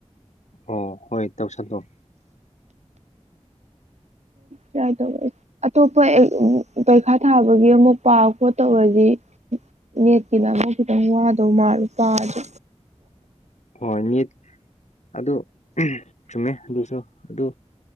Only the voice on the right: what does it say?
ꯇꯥꯏ ꯇ ꯑꯇꯣꯞꯄ ꯄꯩꯈꯥ ꯊꯥꯕꯒꯤ ꯑꯃꯨꯛ ꯄꯥ ꯈꯣ ꯇꯧꯔꯁꯤ ꯅꯦꯠꯀꯤ ꯂꯅ ꯈꯤꯇꯪ ꯋꯥꯗꯣ ꯃꯥꯜꯂꯨ ꯄꯗ